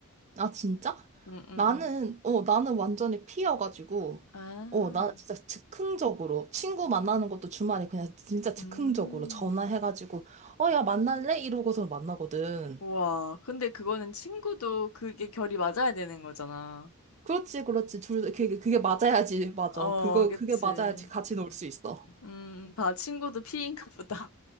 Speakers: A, on the right (about 30°); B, on the left (about 65°).
A: 아, 진짜?
B: 응, 응, 응.
A: 나는, 어, 나는 완전히 피여가지고,
B: 아,
A: 어, 나 진짜 즉흥적으로, 친구 만나는 것도 주말에 그냥 진짜 즉흥적으로
B: 음.
A: 전화해가지고, 어, 야, 만날래? 이러고서 만나거든.
B: 우와. 근데 그거는 친구도 그게 결이 맞아야 되는 거잖아.
A: 그렇지, 그렇지. 둘, 다- 그게, 그게 맞아야지. 맞아.
B: 어,
A: 그거,
B: 그치.
A: 그게 맞아야지. 같이 놀 수 있어.
B: 음, 다 친구도 피인가 보다.